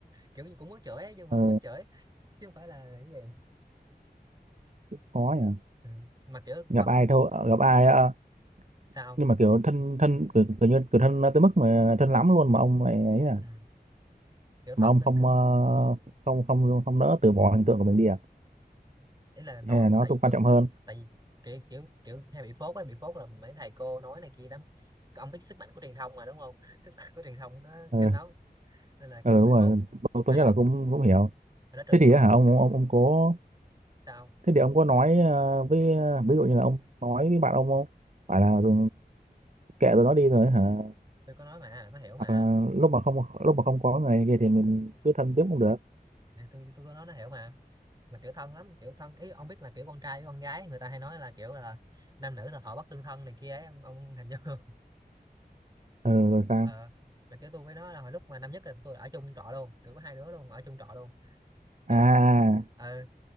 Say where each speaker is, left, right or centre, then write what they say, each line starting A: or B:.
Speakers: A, on the right; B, on the right.
A: kiểu như cũng muốn chửi ấy, nhưng mà
B: Ờ,
A: không dám chửi chứ không phải là cái gì
B: khó nhỉ
A: ừ. mà kiểu
B: gặp
A: thân
B: ai thôi ờ, gặp ai ờ,
A: sao không?
B: nhưng mà kiểu thân thân kiểu, kiểu như kiểu thân ờ, tới mức mà thân lắm luôn mà ông lại ấy à
A: ừ. kiểu
B: mà
A: thân
B: ông
A: tôi
B: không
A: cứ
B: ờ, không không không nỡ từ bỏ hình tượng của mình đi à
A: ý là nói
B: hay là nó
A: tại vì
B: cũng quan
A: tôi
B: trọng hơn
A: tại vì kiểu kiểu kiểu hay bị phốt ấy bị phốt là mấy thầy cô nói này kia lắm ông biết sức mạnh của truyền thông mà đúng không <laughs> sức mạnh của truyền thông nó
B: Ờ.
A: kinh lắm nên là kiểu
B: ừ
A: bị
B: đúng rồi
A: phốt
B: tôi,
A: hồi
B: tôi nhất
A: đó
B: là cũng
A: hồi
B: cũng hiểu
A: đó trường
B: thế
A: tôi
B: thì
A: có
B: á
A: con
B: hả ông ông ông có
A: sao
B: thế thì ông có nói ờ, với ờ, ví dụ như là ông nói với bạn ông không phải là ừ, kệ rồi nó đi rồi hả
A: tôi có nói mà nó hiểu mà
B: hoặc là lúc mà không lúc mà không có người này kia thì mình cứ thân tiếp cũng được
A: thì tôi tôi có nói nó hiểu mà mà kiểu thân lắm kiểu thân ý ông biết là kiểu con trai với con gái người ta hay nói là kiểu là nam nữ là thọ bất tương thân này kia ấy ông, ông hình dung không
B: ừ
A: <laughs>
B: rồi sao
A: ờ mà kiểu tôi với nó là hồi lúc mà năm nhất là tôi ở chung trọ luôn kiểu có hai đứa luôn ở chung trọ luôn
B: à
A: kiểu <laughs> ờ